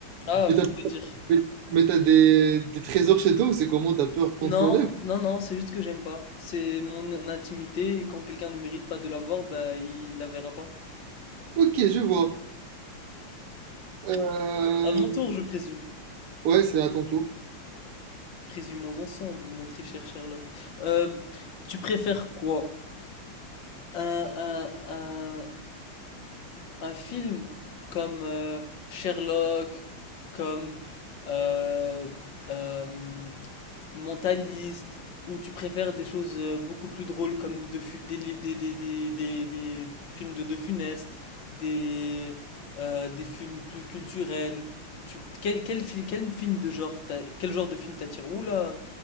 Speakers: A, on the left; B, on the right.
A: Ah,
B: Mais t'as,
A: pour te dire.
B: mais- mais t'as des, des trésors chez toi ou c'est comment t'as peur qu'on
A: Non,
B: te l'enlève?
A: non, non, c'est juste que j'aime pas. C'est mon intimité et quand quelqu'un ne mérite pas de l'avoir, bah, il la verra pas.
B: Ok, je vois. Euh,
A: À mon tour, je présume.
B: Ouais, c'est à ton tour.
A: Présumons ensemble, mon très cher Sherlock. Euh, tu préfères quoi? un, un, un- un film comme euh, Sherlock, comme euh, euh, Mentalist, ou tu préfères des choses euh, beaucoup plus drôles comme De Fu- des, li- des, des, des, des- des films de De Funeste, des, euh, des films plus culturels, ou tu, quel, quel, fil- quel film de genre t'a- quel genre de film t'attire? Oula,